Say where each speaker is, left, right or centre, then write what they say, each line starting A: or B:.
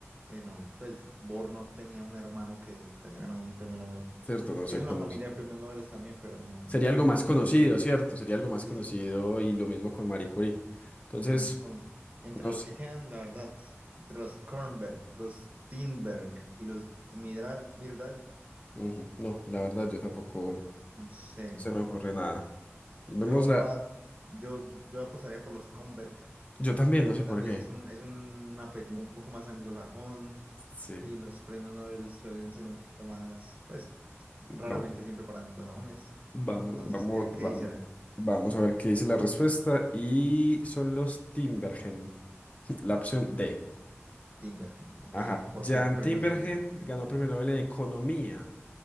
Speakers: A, on the right; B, on the left.
A: eh, no, pues Bohr no tenía un hermano que, que haya ganado un premio Nobel.
B: cierto, no
A: Sí,
B: se
A: es una
B: conoce.
A: familia de premios Nobel también, pero no,
B: Sería algo
A: no
B: más conocido,
A: hace un hermano.
B: ¿cierto? Sería algo más
A: Sí,
B: conocido
A: sí.
B: y lo mismo con Marie Curie. Entonces,
A: Entonces, entre
B: no
A: los
B: sé.
A: que quedan, la verdad, entre los Kornberg, los Tinberg y los Midral, Mirdal,
B: Ujú, No, la verdad, yo tampoco
A: no sé.
B: no se me ocurre nada. Vemos
A: Yo
B: la.
A: voy a- yo, yo apostaría por los Kornberg.
B: Yo también,
A: porque
B: no sé
A: tal
B: por
A: vez
B: qué.
A: es un, es un apellido un poco más anglosajón
B: Sí.
A: y los premios Nobel suelen ser un poquito más, pues raramente
B: Vamos,
A: siempre para anglosajones.
B: vamos,
A: Entonces,
B: vamos,
A: ¿qué, qué
B: vamos.
A: dice
B: Vamos a ver qué dice la respuesta. Y son los Timbergen, <laughs> la opción D.
A: Timbergen? Ok,
B: Ajá.
A: porque
B: Jan
A: el premio
B: Timbergen
A: es en qué.
B: ganó premio Nobel en Economía